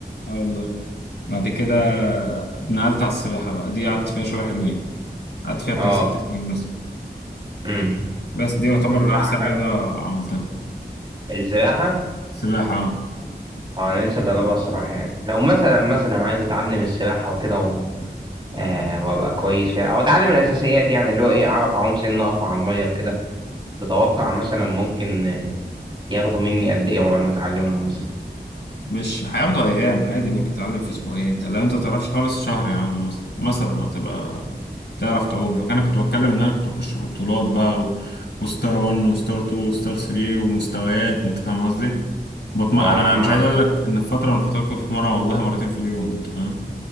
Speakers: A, on the left; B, on the right.
A: اه والله بعد كده نقلت على السباحة بقى دي قعدت فيها شوية حلوين
B: <laughs>
A: قعدت فيها بتاع
B: اه
A: ست سنين مثلا
B: امم
A: بس دي يعتبر
B: مش عارف
A: احسن رياضة
B: انا
A: عملتها
B: السباحه
A: سباحة آه.
B: اه انا نفسي اجربها الصراحه يعني لو مثلا مثلا عايز اتعلم السباحه وكده و... آه وابقى كويس فيها او اتعلم الاساسيات يعني اللي هو ايه اعرف اعوم سن اقف على الميه وكده تتوقع مثلا ممكن آه، ياخدوا مني قد ايه عقبال ما اتعلمهم مثلا
A: مش هياخدوا ايام عادي ممكن تتعلم في اسبوعين انت لو انت تعرفش خالص شهر يا عم مثلا مثلا هتبقى تعرف تعوم لو كان انا كنت بتكلم ان انا كنت بخش في بطولات بقى و... وستار 1 وستار 2 وستار 3 ومستويات انت فاهم قصدي بطم...
B: اه
A: انا
B: انا
A: مش عايز اقول لك ان في فتره من الفترات كنت بتمرن والله مرتين في اليوم انت فاهم